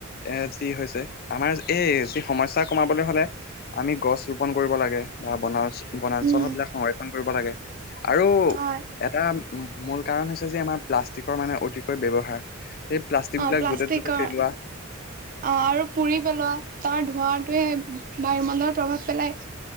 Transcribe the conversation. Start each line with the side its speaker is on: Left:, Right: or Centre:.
Left: এ কি হৈছে, আমাৰ এই যি সমস্যা কমাবলৈ হ'লে, আমি গছ ৰোপন কৰিব লাগে। বা বনান বনাঞ্চল
Right: উম,
Left: বিলাক সংৰক্ষণ কৰিব লাগে। আৰু
Right: হয়।
Left: এটা মূল কাৰণ হৈছে যে আমাৰ প্লাষ্টিকৰ মানে অতিকৈ ব্যৱহাৰ। এই প্লাষ্টিক
Right: অ',
Left: বিলাক
Right: প্লাষ্টিকৰ
Left: য'তে-ত'তে পেলোৱা।
Right: অ', আৰু পুৰি পেলোৱা। তাৰ ধোঁৱাটোৱে বায়ুমণ্ডলত প্ৰভাৱ পেলাই।